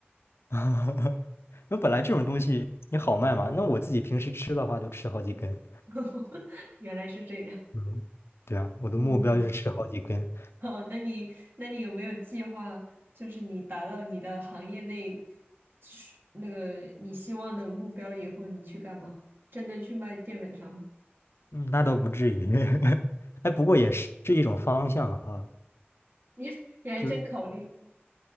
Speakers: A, on the left; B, on the right.
A: <laughs> 那本来这种东西也好卖嘛，那我自己平时吃的话都吃好几根，
B: <laughs> 原来是这样。
A: 嗯对啊，我的目标就是吃好几根，
B: 嗯，哦，那你那你有没有计划，就是你达到你的行业内是那个你希望的目标以后，你去干嘛？真的去卖淀粉肠吗？<laughs>
A: 嗯，那倒不至于。<laughs> 哎，不过也是是一种方向哈，
B: 你你还真考虑。
A: 就是